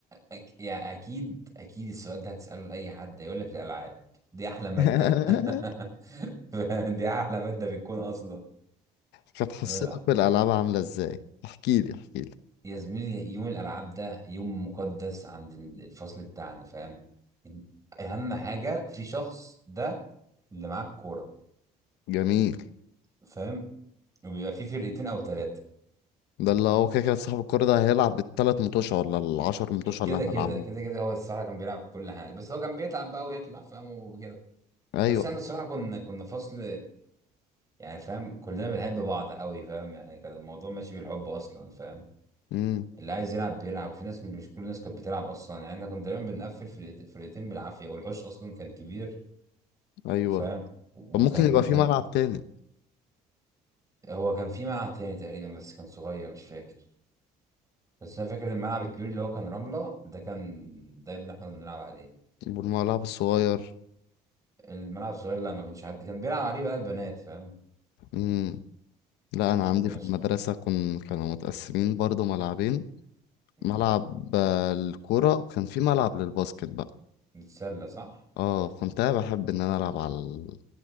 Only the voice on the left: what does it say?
<laughs>
كانت حصتك
بالألعاب عاملة ازاي احكيلي احكيلي
جميل
ده اللي هو كده كده صاحب الكورة ده هيلعب التلات متوشة ولا العشر متوشة
اللي هتلعبوه
ايوه
امم
ايوه
طب ممكن يبقى
في ملعب تاني
والملعب الصغير
امم لا
انا عندي
في
المدرسة كن كانوا متقسمين برضو ملعبين
ملعب آه، الكورة وكان في ملعب للباسكت بقى
اه كنت أنا بحب ان انا العب على ال-